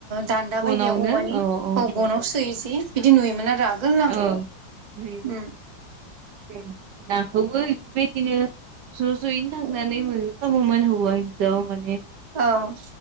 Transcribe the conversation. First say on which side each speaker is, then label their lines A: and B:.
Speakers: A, on the right; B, on the right.
A: दान्दा
B: फनावनो
A: बायदियाव औवानि
B: औ औ
A: गनाव सोयो जि। बिदि नुयोमोन आरो आं। आगोल
B: ओं नुयोमोन।
A: औ
B: <unintelligible> बेबायदिनो ज' ज'यैनो थांनानै मैहुर खामोमोन हौवा हिनजाव माने
A: औ।